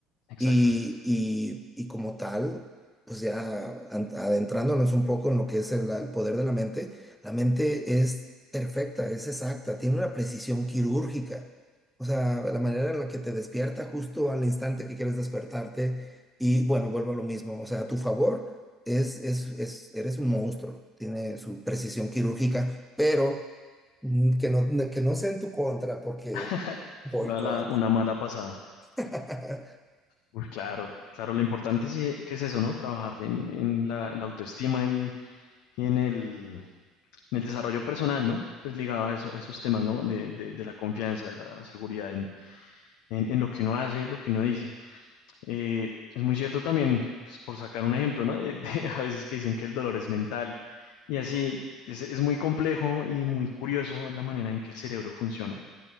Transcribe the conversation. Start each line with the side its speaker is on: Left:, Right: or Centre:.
Left: Exacto.
Centre: Y, y, y como tal, pues ya an- adentrándonos un poco en lo que es el, el poder de la mente, la mente es perfecta, es exacta, tiene una precisión quirúrgica. O sea, la manera en la que te despierta justo al instante que quieres despertarte. Y bueno, vuelvo a lo mismo. O sea, a tu favor, es, es, es, eres un monstruo, tiene su precisión quirúrgica, pero mm, que no, que no sea en tu contra, porque
Left: <laughs>
Centre: boicot.
Left: Te voy a dar la- una mala pasada.
Centre: <laughs>
Left: Uy, claro, claro, lo importante sí que es eso, ¿no? Trabajar en, en la, la autoestima y, y en el, en el desarrollo personal, ¿no? Pues ligado a, eso, a esos temas, ¿no? De, de- de la confianza, de la seguridad en, en, en lo que uno hace, y lo que uno dice. Eh, es muy cierto también, pues, por sacar un ejemplo, ¿no? De- de <laughs> a veces que dicen que el dolor es mental y así es, es muy complejo y muy curioso la manera en que el cerebro funciona.